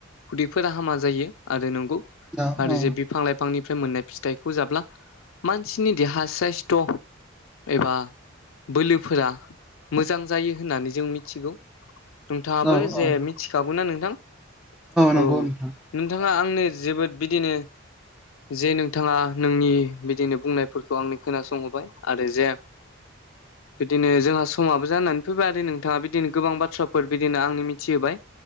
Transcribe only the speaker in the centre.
औ
औ
औ
औ
नंगौ
नोंथां